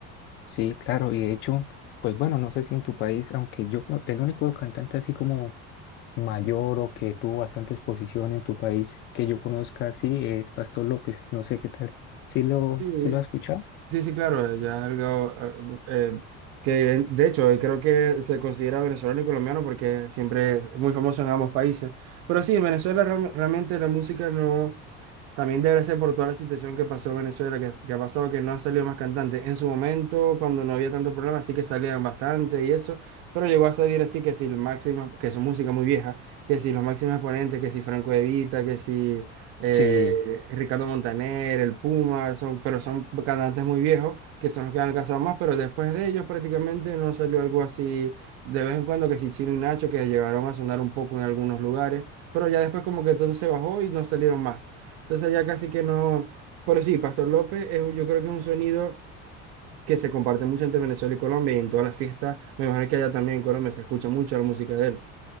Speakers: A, on the left; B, on the right.
A: Sí, claro, y de hecho, pues bueno, no sé si en tu país, aunque yo creo que el único cantante así como mayor o que tuvo bastante exposición en tu país que yo conozca así es Pastor López, no sé qué tal. ¿Sí lo,
B: Sí,
A: sí lo has escuchado?
B: Sí, sí, claro, eh, ya es algo eh, eh, que eh, de hecho eh, creo que se considera venezolano y colombiano porque siempre es muy famoso en ambos países. Pero sí, en Venezuela real- realmente la música no, también debe ser por toda la situación que pasó en Venezuela, que, que ha pasado que no han salido más cantantes. En su momento, cuando no había tanto problema, sí que salían bastante y eso, pero llegó a salir así que si el máximo, que es música muy vieja, que si los máximos exponentes, que si Franco Evita, que si eh,
A: Sí,
B: Ricardo Montaner, el Puma, son, pero son cantantes muy viejos, que son los que han alcanzado más, pero después de ellos prácticamente no salió algo así de vez en cuando, que si Chino y Nacho, que llegaron a sonar un poco en algunos lugares, pero ya después como que todo se bajó y no salieron más. Entonces ya casi que no. Pero sí, Pastor López, es, un- yo creo que es un sonido que se comparte mucho entre Venezuela y Colombia y en todas las fiestas. Me imagino que allá también en Colombia se escucha mucho la música de él.